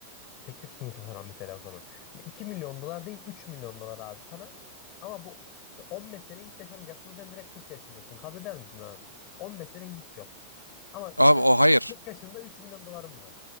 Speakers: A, on the left; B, on the left.
A: teklif sunulsa sana mesela o zaman. 2 milyon dolar değil 3 milyon dolar abi sana. Ama bu 15 sene hiç yaşamayacaksın. Sen direkt 40 yaşındasın. Kabul eder misin abi? 15 sene hiç yok. Ama
B: Abi
A: kırk
B: o hayır.
A: kırk yaşında 3 milyon dolarım var.